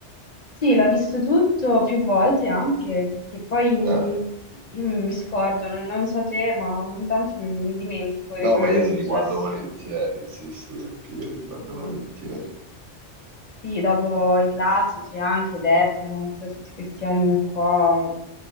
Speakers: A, on the left (about 45°); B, on the right (about 85°).
A: Sì, l'ho visto tutto più volte anche perché poi
B: Ah,
A: io mi scordo, non, non so te, ma ogni tanto mi, mi dimentico di
B: no,
A: quello
B: ma io
A: che è successo.
B: le riguardo volentieri, sì, sì, anche io le riguardo
A: Sì,
B: volentieri.
A: Sì, dopo i classici anche Death Note, tutti questi anime qua,